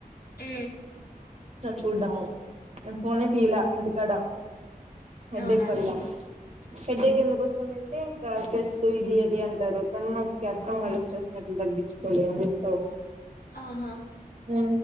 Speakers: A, on the left; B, on the right.
A: ఉ
B: చూడాము నేను ఫోనే తీయలా ఇంటికాడ హెడ్డేక్
A: అవునా
B: వల్ల హడ్డేకెందుకు వస్తుందంటే ఇంకా ట్రెస్సు ఇది అది అంటారు కానీ నాకు అర్థం కలిసి వచ్చ తగ్గించుకోవాలి ఎం చేస్తావ్
A: ఆహా
B: ఉ